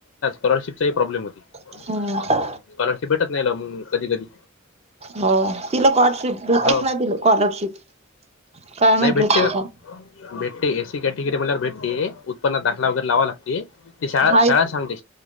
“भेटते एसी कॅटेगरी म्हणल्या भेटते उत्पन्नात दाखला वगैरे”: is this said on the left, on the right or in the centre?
Left